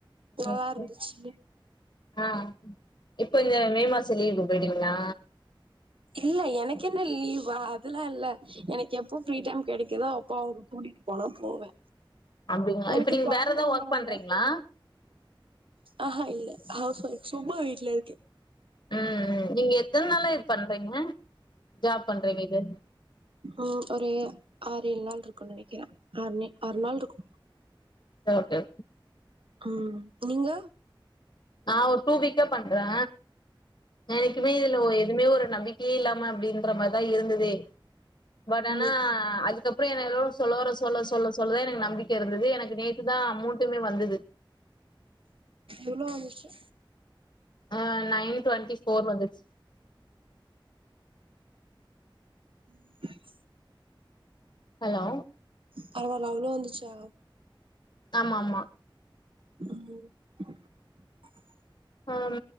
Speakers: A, on the right; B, on the left.
A: நல்லா
B: ஒகே
A: இருந்துச்சு
B: ஆஹ் இப்ப இந்த மே மாச லீவு அப்படிங்க்ளா
A: இல்ல எனக்கு என்ன லீவ் ஆ அதுல்லா இல்ல எனக்கு எப்போ ஃப்ரீ டைம் கெடைக்குதோ அப்போ அவங்க கூட்டிட்டு போனா போவ
B: அப்டிங்களா
A: ஒனக்கு
B: இப்ப நீங்க
A: கொழந்தைங்களா
B: வேற ஏதாவது ஒர்க் பண்றீங்களா
A: இல்ல ஆஹ்ஹா இல் ஹவ்வொஃப் சும்மா வீட்லே இருக்கே
B: ஆஹ் அஹ் நீங்க எப் எத்தன நாளா இது பண்றீங்க ஜாப் பண்றீங்க இது
A: ஆஹ் ஒரு ஆ று ஏழ் நாள் இருக்குன்னு நெனக்கிறே ஆற் நே ஆறு நாள் இருக்கு
B: ஓகே
A: உம் நீங்க
B: நா ஒரு டூ வீக்கா பண்றே எனைக்குமே இதுல எதுவுமே ஒரு நம்பிக்கையே இல்லாம அப்டின்ற மாரி தா இருந்தது பட் ஆனா
A: ம்
B: அது அப்புற எனக் கொ சொல்லோற சொல்ல சொல்ல சொல்ல சொல்ல தா எனக்கு நம்பிக்க இருந்தது எனக்கு நேத்துதா அமௌண்டுமே வந்தது
A: எவ்ளோ வந்துச்சு
B: ஆ நைன் டுவெண்ட்டி போஃர் வந்துட்ச்சு
A: ம்
B: ஹலோ
A: பரவால அவ்ளோ வந்துச்சா
B: ஆமாமா
A: ம்
B: அம்